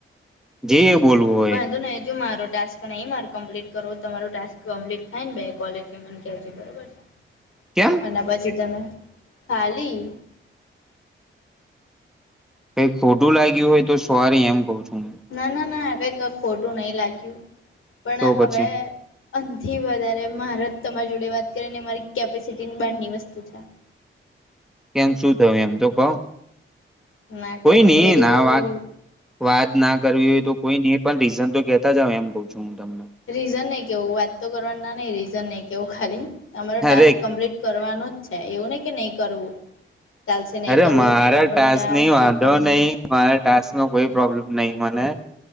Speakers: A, in the centre; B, on the left.
A: જી બોલવો
B: વાંધો નહી જોુ મારો ટાસ્ક તો ન એ મારે કમ્પ્લીટ કરો તમારો ટાક કમ્પ્લીટ થાય ને બે કોલ એટલે મને કેલ છે બરોબર છે.
A: કેમ?
B: અને પછી તમે ખાલી
A: કઈ ખોટું લાગ્યું હોય તો સવારી એમ કઉ છું.
B: ના ના ના આ કંઈકઈ ખોટું નહી લાગ્યું. પણ
A: તો પછી
B: હવે અનથી વધારે મારેત તમારી જોડે વાત કરીે ને મારી કેપેસિટી બહારની વસ્તુ છે..
A: કેમ શું થયું એમ તો કો
B: ના
A: કોઈ
B: કેવાય
A: નહ
B: એ બધું
A: ના વાત, વાત ના કરવી હોય તો કોઈ નઈ પણ રીઝન તો કેહેતા જ એમ કઉ છું હું તમને.
B: રીઝન નહી કેવું વાત તો કરવા ના નહી રીઝન નહી કેવું ખાલી તમારો ટાસ્ક
A: અરે
B: કમ્પ્લીટ કરવાનું જ છે. એવું નહ કે નહી કરવું ચાલશે નહીં
A: અરે
B: કરવું
A: મારા
B: એવું નહી તમારો
A: ટાસ્ક નની. વાંધો
B: કમ
A: નહીિ મારા ટાસ્ કોઈ પ્રોબ્લેમ નહી મને